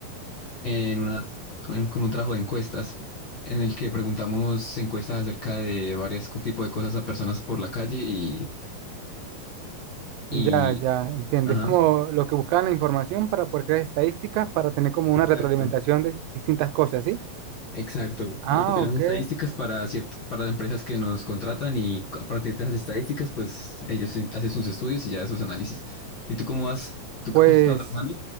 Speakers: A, on the left (about 50°); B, on the right (about 80°).
A: en una, en- con un trabajo de encuestas en el que preguntamos encuestas acerca de varios tipos de cosas a personas por la calle y,
B: Ya,
A: y
B: ya, entiendo.
A: ajá,
B: Es como lo que buscaban la información para poder crear estadísticas, para tener como una
A: exacto,
B: retroalimentación de distintas cosas, ¿sí?
A: exacto.
B: Ah,
A: Recopilamos
B: ok.
A: estadísticas para cierto, para las empresas que nos contratan y a partir de esas estadísticas, pues ellos sí hacen sus estudios y ya sus análisis. ¿Y tú cómo vas? ¿Tú
B: Pues
A: has estado trabajando?